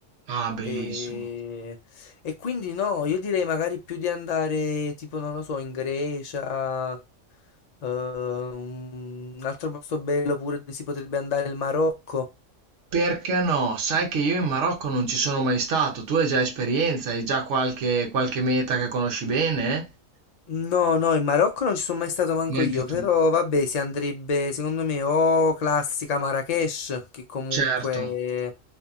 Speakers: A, on the right; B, on the left.
A: Ah, bellissimo.
B: E... e quindi no, io direi magari più di andare tipo, non lo so, in Grecia, eh, un altro posto bello pure dove si potrebbe andare il Marocco.
A: Perché no? Sai che io in Marocco non ci sono mai stato. Tu hai già esperienza, hai già qualche, qualche meta che conosci bene?
B: No, no, in Marocco non ci sono mai stato manco
A: Neanche
B: io, però
A: tu.
B: vabbè, si andrebbe secondo me o classica Marrakech, che comunque
A: Certo,